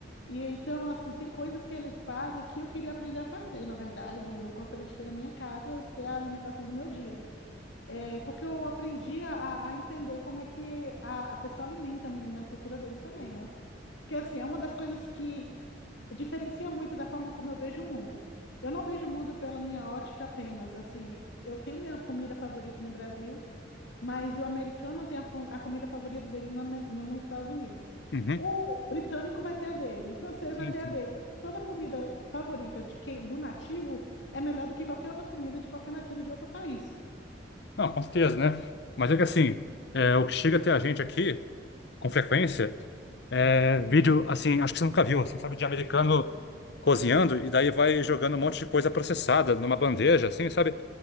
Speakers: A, on the left; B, on the left.
A: E então, assim, tem coisas que eles fazem que eu queria aprender a fazer, na verdade. e Eu gostaria de ter na minha casa, ser a alimentação do meu dia. É, porque eu aprendi a, a entender como é que a, a pessoa alimenta na na cultura deles também, né? Porque, assim, é uma das coisas que diferencia muito da forma como eu vejo o mundo. Eu não vejo o mundo pela minha ótica apenas, assim, eu tenho minha comida favorita no Brasil, mas o americano tem a, fa- a comida favorita dele na Ame- no- nos Estados Unidos.
B: Uhum.
A: O britânico vai ter a dele, o francês
B: Sim,
A: vai ter
B: sim.
A: a dele. Toda comida favorita de quem, do nativo é melhor do que qualquer outra comida de qualquer nativo de outro país.
B: Não, com certeza, né? Mas é que assim, é, o que chega até a gente aqui, com frequência, é vídeo, assim, acho que você nunca viu, assim, sabe, de americano cozinhando e daí vai jogando um monte de coisa processada numa bandeja, assim, sabe?